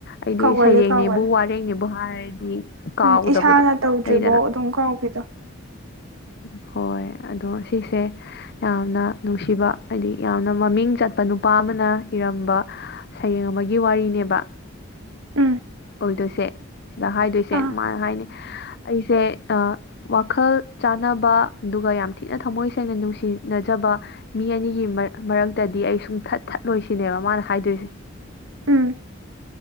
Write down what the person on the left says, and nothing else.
ꯑꯩꯗꯤ
ꯁꯩꯔꯦꯡꯅꯦꯕꯨ
ꯋꯥꯔꯦꯡꯅꯦꯕꯨ ꯍꯥꯏꯔꯗꯤ ꯀꯥꯎꯗꯕꯗꯣ
ꯂꯩꯗꯅ
ꯎꯝ ꯍꯣꯏ ꯑꯗꯣ ꯁꯤꯁꯦ ꯌꯥꯝꯅ ꯅꯨꯡꯁꯤꯕ ꯍꯥꯏꯗꯤ ꯌꯥꯝꯅ ꯃꯃꯤꯡ ꯆꯠꯄ ꯅꯨꯄꯥ ꯑꯃꯅ ꯏꯔꯝꯕ ꯁꯩꯔꯦꯡ ꯑꯃꯒꯤ ꯋꯥꯔꯤꯅꯦꯕ
ꯑꯣꯏꯗꯣꯏꯁꯦ ꯁꯤꯗ ꯍꯥꯏꯗꯣꯏꯁꯦ
ꯃꯥꯅ ꯍꯥꯏꯅꯤ ꯑꯩꯁꯦ ꯑ ꯋꯥꯈꯜ ꯆꯥꯟꯅꯕ ꯗꯨꯒ ꯌꯥꯝ ꯊꯤꯅ ꯊꯃꯣꯏ ꯁꯦꯡꯅ ꯅꯨꯡꯁꯤꯅꯖꯕ ꯃꯤ ꯑꯅꯤꯒꯤ ꯃ ꯃꯔꯛꯇꯗ ꯑꯩ ꯁꯨꯡꯊꯠ ꯊꯠꯂꯣꯏꯁꯤꯅꯦꯕ ꯃꯥꯅ ꯍꯥꯏꯗꯣꯏꯁꯦ